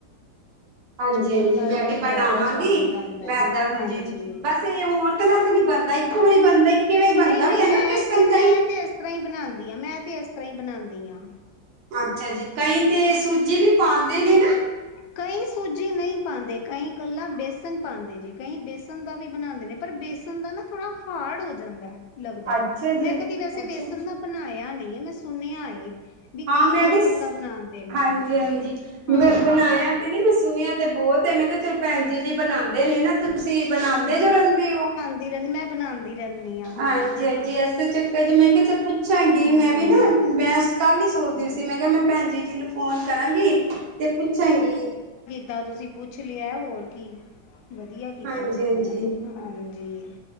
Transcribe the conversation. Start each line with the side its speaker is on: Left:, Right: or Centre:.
Right: ਹਾਂਜੀ
Left: ਚਟਨੀ
Right: ਹਾਂਜੀ
Left: ਨਾਲ
Right: ਮੈਂ ਵੀ
Left: ਤੇ
Right: ਬਣਾਵਾਂਗੀ
Left: ਜ਼ਿਆਦਾ ਸਵਾਦ ਆਉਂਦਾ
Right: ਮੈਂ
Left: ਹੈ।
Right: ਇਏਦਾ
Left: ਹਾਂਜੀ
Right: ਜੀ ਬਸ। ਤੇ ਹੋਰ ਤੇ ਨਾ ਤੇ ਨੀ ਬਣਦਾ, ਇੱਕੋ ਵਾਰੀ ਬਣਦਾ ਹੀ। ਕਿਵੇਂ ਬਣਦਾ
Left: ਨਹੀਂ ਨਹੀਂ
Right: ਵੀ ਹੈ
Left: ਮੈਂ
Right: ਨਾ ਬੇਸਣ
Left: ਤੇ ਮੈਂ
Right: ਦਾ
Left: ਤੇ ਇਸ ਤਰ੍ਹਾਂ ਹੀ ਬਣਾਦੀ ਆਂ, ਮੈਂ ਤੇ ਇਸ ਤਰ੍ਹਾਂ ਹੀ ਬਣਾਉਂਦੀ ਆਂ।
Right: ਅੱਛਾ ਜੀ, ਕਈ ਤੇ ਸੂਜੀ ਵੀ ਪਾਉਂਦੇ ਨੇ ਨਾ।
Left: ਕਈ ਸੂਝੀ ਨਹੀਂ ਪਾਂਦੇ ਕਈ ਕਲਾਂ ਬੇਸਨ ਪਾਂਦੇ ਨੇ ਕਈ ਬੇਸਨ ਦਾ ਵੀ ਬਣਾਉਂਦੇ ਨੇ ਪਰ। ਦੰਦਾਂ ਨਾ ਥੋੜਾ ਹਾਰਡ ਹੋ ਜਾਂਦਾ ਲੱਗਦਾ
Right: ਅੱਛਾ
Left: ਮੈਂ,
Right: ਜੀ
Left: ਕਦੀ ਵੈਸੇ
Right: ਅੱਛਾ
Left: ਵੇਸਣ ਦਾ। ਬਣਾਇਆ ਨਹੀਂ ਮੈਂ ਸੁਣਿਆ। ਵੀ
Right: ਹਾਂ
Left: ਕਈ
Right: ਮੈਂ
Left: ਬੇਸਨ
Right: ਵੀ
Left: ਦਾ ਬਣਾਉਂਦੇ ਨੇ
Right: ਹਾਂਜੀ ਹਾਂਜੀ ਮੈਂ
Left: ਹਾਂ
Right: ਬਣਾਇਆ ਤੇ, ਨਹੀ ਮੈਂ ਸੁਣਿਆ ਤੇ ਬਹੁਤ ਮੈਂ ਕਿਹਾ ਚਲ। ਭੈਣਜੀ ਜੀ ਬਣਾਉਂਦੇ ਨੇ ਨਾ, ਤੁਸੀਂ ਬਣਾਉਂਦੇ ਜੋ ਰਹਿੰਦੇ ਹੋ।
Left: ਦੀਨੇ ਨੀ ਮ ਬਣਾਉਂਦੀ। ਰਹਿੰਦੀ ਹਾਂ
Right: ਹਾਂਜੀ ਹਾਂਜੀ ਐਸੇ ਚੱਕਰ ਚ ਮੈਂ, ਕਿਹਾਂ ਚਲ ਪੁੱਛਾਂਗੀ
Left: ਹਮ
Right: ਮੈਂ ਵੀ ਨਾ। ਕੱਲ ਹੀ ਸੋਚਦੀ ਸੀ ਮੈਂ ਕਿਹਾ ਮੈਂ, ਭੈਹੈਨਜੀ ਜੀ ਜੀ ਨੂੰ ਫੋਨ ਕਰਾਂਗੀ ਤੇ ਪੁੱਛਾਂਗੀ।
Left: ਕੱਲ ਤੁਸੀਂ ਪੁੱਛ ਲਿਆ ਹੋਰ ਕੀ। ਵਧੀਆ ਕੀਤਾ
Right: ਹਾਂਜੀ
Left: ਸਗੋਂ
Right: ਹਾਂਜੀ
Left: ਹਾਂਜੀ।